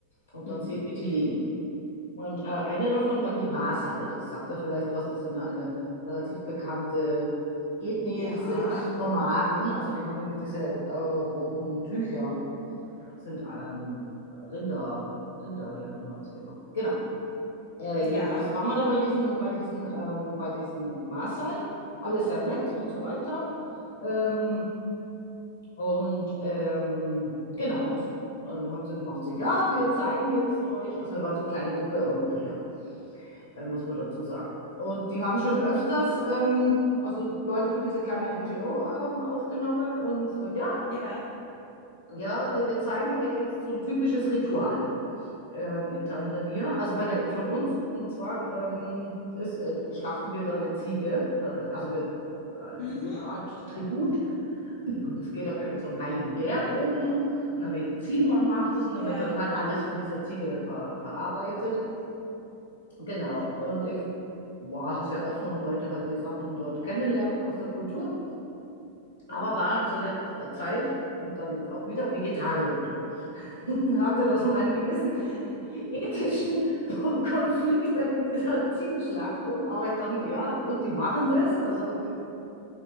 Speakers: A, on the left; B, on the left.
A: und
B: Mhm.
A: dann sehen, wie die leben. Und äh, eine davon waren die Maasai. Das sagt da vielleicht was, das sind ja eine relativ bekannte Ethnie,
B: Ja,
A: das sind Nomaden, also die haben immer diese äh, roten Tücher sind ähm, Rinder, Rinderherden haben sie immer. Genau. Äh, jedenfalls
B: ja,
A: waren wir da bei diesen, bei diesen, ähm, bei diesen Maasai. Alles ja nett und so weiter. Ähm, und ähm, genau, und, und dann haben sie gemacht, so, ja, wir zeigen jetzt euch, also wir waren so eine kleine Gruppe Europäer, äh, muss man dazu sagen. Und die haben schon öfters, ähm, also Leute über diese kleine NGO ähm, aufgenommen und so, ja,
B: ja.
A: ja, äh, wir zeigen euch jetzt so ein typisches Ritual. ähm, in Tansania, also bei der, von uns. Und zwar ähm, ist, äh, schlachten wir da eine Ziege. Äh, also wir, äh,
B: Mhm.
A: es ist so eine Art Tribut. Das geht auf irgendeinem so einen heiligen Berg oben. Und der Medizinmann macht es und dann
B: Ja.
A: wird dann halt alles von dieser Ziege ver, verarbeitet. Genau. Und ich war halt sehr offen und wollte halt die Sachen dort kennenlernen aus der Kultur. Aber war zu der äh, Zeit und dann jetzt auch wieder Vegetarierin. <laughs> hatte also meine gewissen ethischen Konflikte mit dieser Ziegenschlachtung. Aber ich dachte mir, ja, gut, die machen das. Also